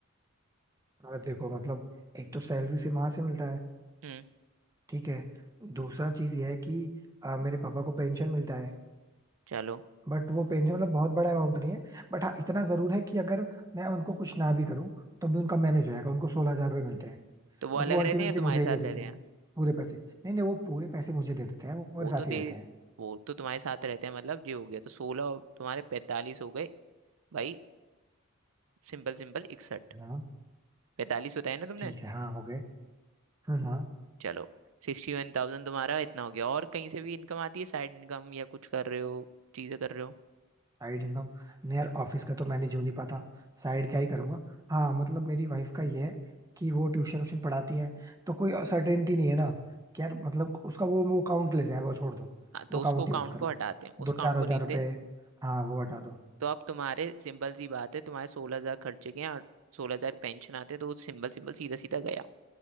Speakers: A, on the right; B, on the right.
A: और देखो मतलब एक तो सैलरी से वहां से मिलता है
B: हम्म
A: ठीक है दूसरा चीज यह है कि अ, मेरे पापा को पेंशन मिलता है
B: चलो
A: बट वो पेंशन मतलब बहुत बड़ा अमाउंट नहीं है बट हाँ इतना जरूर है कि अगर मैं उनको कुछ ना भी करूँ तो भी उनका मैनेज हो जाएगा उनको सोलह हजार रुपये मिलते हैं
B: तो वो
A: बट
B: अलग
A: वो
B: रहते
A: अल्टीमेटली
B: हैं या तुम्हारे
A: मुझे
B: साथ
A: ही दे देते
B: रहते
A: हैं
B: हैं
A: पूरे पैसे नहीं नहीं वो पूरे पैसे मुझे दे देते हैं वो
B: वो
A: मेरे साथ
B: तो दे
A: ही रहते हैं
B: वो तो तुम्हारे साथ रहते हैं मतलब ये हो गया तो सोलह तुम्हारे पैंतालीस हो गए भाई सिंपल सिंपल इकसठ
A: हाँ
B: पैंतालीस बताया ना तुमने
A: ठीक है हाँ हो गए हाँ हाँ
B: चलो सिक्सटी वन थाउजेंड तुम्हारा इतना हो गया और कहीं से भी इनकम आती है साइड इनकम या कुछ कर रहे हो चीजें कर रहे हो
A: साइड इनकम नहीं यार ऑफिस का तो मैनेज हो नहीं पाता साइड क्या ही करूंगा हाँ मतलब मेरी वाइफ का ये है कि वो ट्यूशन व्यूशन पढ़ाती है तो कोई सर्टेनिटी नहीं है ना कि यार मतलब उसका वो वो काउंटलेस है वो छोड़ दो
B: हाँ, तो
A: वो
B: उसको
A: काउंट
B: काउंट
A: ही मत करो
B: को हटाते हैं
A: दो
B: उस काउंट
A: चार हजार
B: को नहीं लेते
A: रुपए हाँ वो हटा दो
B: तो अब तुम्हारे सिंपल सी बात है तुम्हारे सोलह हजार खर्चे के हैं और सोलह हजार पेंशन आते हैं तो सिंपल सिंपल सीधा सीधा गया